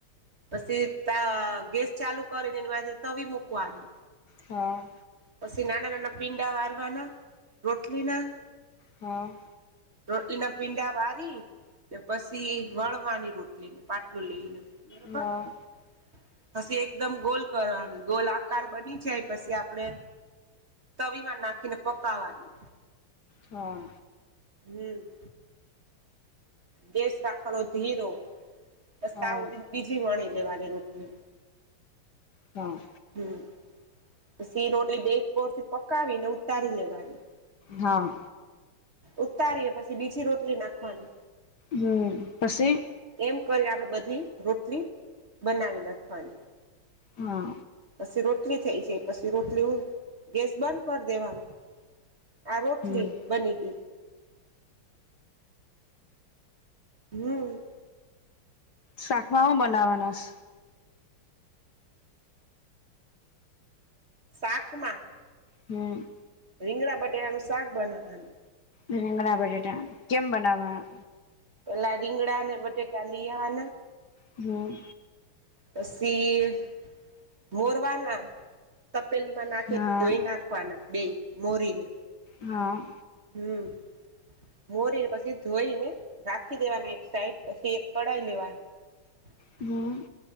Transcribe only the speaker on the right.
પછી ગેસ ચાલુ કરીને એ મા તવી મુકવાની.
પછી નાના નાના પીંડા વારવાના રોટલી ના,
રોટલીના પિંડા વારી. ને પછી વણવાની રોટલી પાટલું લઈ ને, <unintelligible>
પછી એકદમ ગોલ કરવાની ગોલ આકાર બની જાય. પછી આપણે તવીમાં નાખીને પકાવાની.
હમ. ગેસ રાખવાનો ધીરો બસ
તા હુધી બીજી વણી લેવાની રોટલી.
હમ પસી રોટલી બે કોરથી પકાવીને ઉતારી લેવાની.
ઉતારીને પછી બીજી રોટલી નાખવાની.
એમ કરીને આપણે બધી રોટલી બનાવી નાખવાની.
પસ રોટલી થઈ જાય પછી રોટલી ઉન ગેસ બંધ કર દેવાનો. આ રોટલી
બની ગઈ. હમ.
શાકમાં?
રીંગળા બટેટાનું શાક બનાવવાનું.
પેલા રીંગડાને બટેટા લીયાવાના.
પસી મોરવાના. તપેલીમાં નાખે
ધોઈ નાખવાના બેય મોરીને.
હમ મોરીને પછી ધોઈને રાખી દેવાના એક સાઈડ. પછી એક કઢાઈ લેવાની. <inaudible>